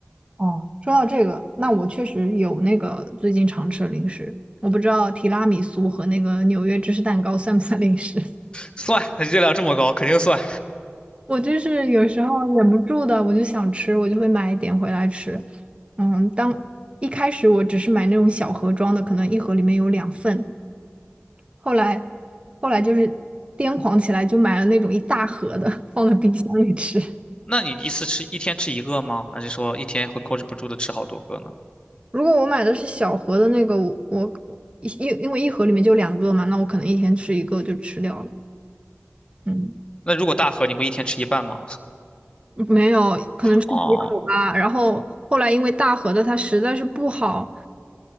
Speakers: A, on the right; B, on the left.
A: 哦，说到这个，那我确实有那个最近常吃的零食，我不知道提拉米苏和那个纽约芝士蛋糕算不算零食。<laughs>
B: 算，它热量这么高，肯定算。
A: 我就是有时候忍不住的，我就想吃，我就会买一点回来吃。嗯，当一开始我只是买那种小盒装的，可能一盒里面有两份，后来后来就是癫狂起来，就买了那种一大盒的，放在冰箱里吃。
B: 那你一次吃一天吃一个吗？还是说一天会控制不住的吃好多个呢？
A: 如果我买的是小盒的那个，我我一因因为一盒里面就两个嘛，那我可能一天吃一个就吃掉了。嗯，
B: 那如果大盒，你会一天吃一半吗？
A: 没有，可能吃几口吧。
B: 哦，
A: 然后后来因为大盒的它实在是不好，